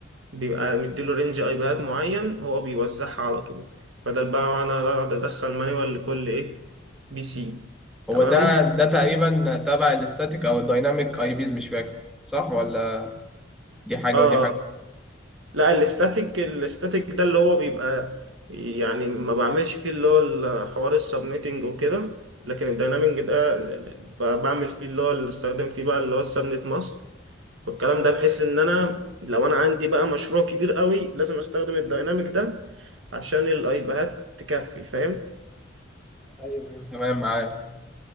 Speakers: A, on the right; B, in the centre.
A: بيبقى مديله رينج ايباد معين هو بيوزعها على طول بدل بقى ما انا اقعد ادخل مانيوال لكل ايه بي سي
B: هو
A: تمام
B: ده ده تقريبا تبع الاستاتيك او الدايناميك اي بيز مش فاكر صح ولا دي حاجة
A: اه
B: ودي حاجة
A: لا الاستاتيك الاستاتيك ده اللي هو بيبقى يعني ما بعملش فيه اللي هو حوار السبنيتنج وكده لكن الداينامينج ده ب- بعمل فيه اللي هو اللي استخدم فيه بقى اللي هو السبنت ماسك والكلام ده بحيث ان انا لو انا عندي بقى مشروع كبير قوي لازم استخدم الدايناميك ده عشان الايباد تكفي فاهم
B: ايوه ايوه تمام معاك